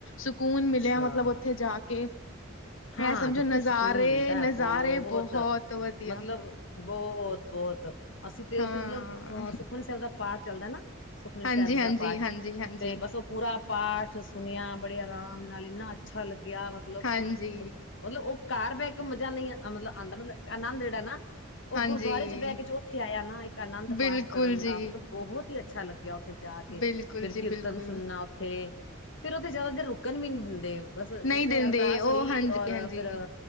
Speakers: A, on the left; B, on the left.
A: ਸਕੂਨ
B: ਅੱਛਾ
A: ਮਿਲਿਆ ਮਤਲਬ ਉੱਥੇ ਜਾ ਕੇ।
B: ਹਾਂ
A: ਇਹ ਸਮਝੋ
B: ਦੇਖੋ
A: ਨਜ਼ਾਰੇ
B: ਸਕੂਨ ਮਿਲਦਾ
A: ਨਜ਼ਾਰੇ
B: ਹੈ ਬਹੁਤ,
A: ਵਧੀਆ
B: ਮਤਲਬ ਬਹੁਤ ਬਹੁਤ ਅਸੀਂ ਤੇ
A: ਹਾਂ
B: ਉੱਥੇ ਮਤਲਬ ੳਹ ਸੁਖਮਨੀ ਸਾਹਿਬ ਦਾ ਪਾਠ ਚੱਲਦਾ ਨਾ ਸੁਖਮਨੀ
A: ਹਾਂਜੀ
B: ਸਾਹਿਬ ਜੀ
A: ਹਾਂਜੀ
B: ਦਾ ਪਾਠ,
A: ਹਾਂਜੀ ਹਾਂਜੀ
B: ਤੇ ਬਸ ਉਹ ਪੂਰਾ ਪਾਠ ਸੁਣਿਆ ਬੜੇ ਆਰਾਮ ਨਾਲ ਇੰਨਾ ਅੱਛਾ ਲੱਗਿਆ ਮਤਲਬ
A: ਹਾਂਜੀ
B: ਮਤਲਬ ਉਹ ਘਰ ਬਹਿ ਕੇ ਮਜ਼ਾ ਨਹੀਂ ਮਤਲਬ ਆਉਂਦਾ ਮਤਲਬ ਆਨੰਦ ਜਿਹੜਾ ਨਾ ਉਹ
A: ਹਾਂਜੀ
B: ਗੁਰਦੁਆਰੇ ਚ ਬਹਿ ਕੇ ਜੋ ਉੱਥੇ ਆਇਆ ਨਾ ਇੱਕ ਆਨੰਦ
A: ਬਿਲਕੁਲ
B: ਪਾਠ ਕਰਨ ਦਾ,
A: ਜੀ
B: ਮਤਲਬ ਬਹੁਤ ਹੀ ਅੱਛਾ ਲੱਗਿਆ ਉੱਥੇ ਜਾ ਕੇ।
A: ਬਿਲਕੁਲ
B: ਫੇਰ
A: ਜੀ
B: ਕੀਰਤਨ
A: ਬਿਲਕੁਲ
B: ਸੁਣਨਾ ਥੇ ਫੇਰ ਓਥੇ ਜ਼ਿਆਦਾ ਦੇਰ ਰੁਕਣ ਵੀ ਨੀ ਦਿੰਦੇ, ਬਸ
A: ਨਹੀਂ
B: ਜਿਸਤਾਂ
A: ਦਿੰਦੇ
B: ਈਂ ਅਰਦਾਸ
A: ਉਹ
B: ਪਈ
A: ਹਾਂਜੀ
B: ਔਰ
A: ਹਾਂਜੀ
B: ਫਿਰ